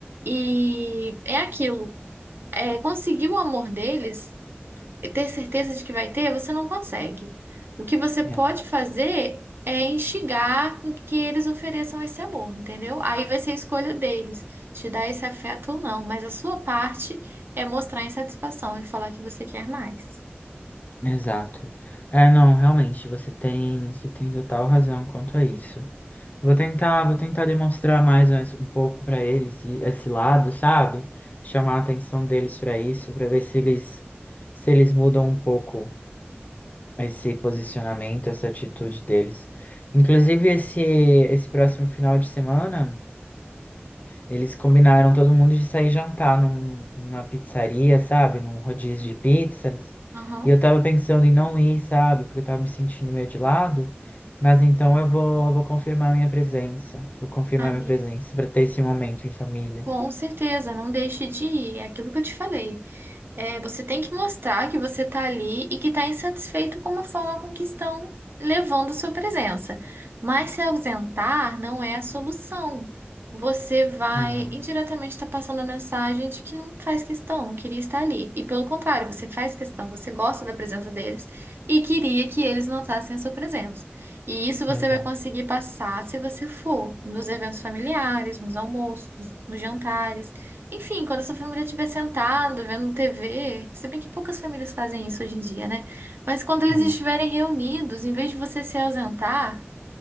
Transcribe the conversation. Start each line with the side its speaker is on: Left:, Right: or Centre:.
Right: E é aquilo. É, conseguir o amor deles ter certeza de que vai ter, você não consegue. O que você pode
Left: É.
Right: fazer é instigar com que eles ofereçam esse amor, entendeu? Aí vai ser a escolha deles, te dar esse afeto ou não, mas a sua parte é mostrar insatisfação e falar que você quer mais.
Left: Exato. É, não, realmente, você tem, você tem total razão quanto a isso. Vou tentar, vou tentar demonstrar mais as- um pouco para eles e- esse lado, sabe? Chamar a atenção deles para isso, para ver se eles se eles mudam um pouco esse posicionamento, essa atitude deles. Inclusive esse esse próximo final de semana eles combinaram todo mundo de sair jantar num- numa pizzaria, sabe? Num rodízio de pizzas.
Right: Aham.
Left: E eu tava pensando em não ir, sabe? Porque eu tava me sentindo meio de lado. Mas então eu vou, vou confirmar minha presença. Vou confirmar
Right: Amigo,
Left: minha presença para ter esse momento em família.
Right: com certeza, não deixe de ir, é aquilo que eu te falei. É, você tem que mostrar que você está ali e que está insatisfeito com a forma com que estão levando sua presença. Mas se ausentar não é a solução. Você vai
Left: Hum,
Right: indiretamente estar passando a mensagem de que não faz questão, não queria estar ali. E pelo contrário, você faz questão, você gosta da presença deles e queria que eles notassem a sua presença. E isso você
Left: exato.
Right: vai conseguir passar se você for nos eventos familiares, nos almoços, nos nos jantares. Enfim, quando a sua família estiver sentada, vendo TV, se bem que poucas famílias fazem isso hoje em dia, né? Mas quando eles
Left: Hum.
Right: estiverem reunidos, em vez de você se ausentar,